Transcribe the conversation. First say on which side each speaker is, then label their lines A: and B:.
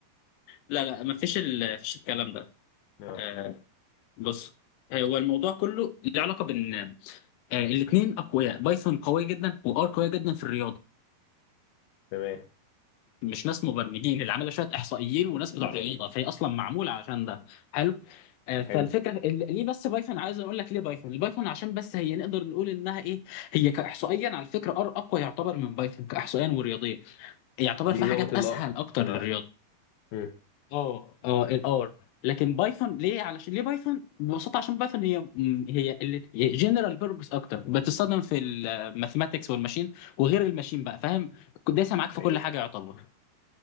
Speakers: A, on the left; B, on the left.
A: لا لا ما فيش ال... فيش الكلام ده
B: اه
A: آه بص هو الموضوع كله له علاقه بان آه الاثنين اقوياء بايثون قويه جدا وار قويه جدا في الرياضه
B: تمام
A: مش ناس مبرمجين اللي عاملها شويه احصائيين وناس بتوع رياضه فهي اصلا معموله عشان ده حلو آه، فالفكره
B: حلو
A: ال- ليه بس بايثون عايز اقول لك ليه بايثون البايثون عشان بس هي نقدر نقول انها ايه هي كاحصائيا على فكره ار اقوى يعتبر من بايثون كاحصائيا ورياضيا يعتبر
B: دي
A: في
B: لغه
A: حاجات
B: الار
A: اسهل اكتر
B: اه
A: للرياضه
B: مم.
A: اه اه الار لكن بايثون ليه علشان ليه بايثون ببساطه عشان بايثون هي م- هي اللي جنرال بيربس اكتر بتستخدم في الماثماتكس والماشين وغير الماشين بقى فاهم دايسه معاك في
B: ايوه
A: كل حاجه يعتبر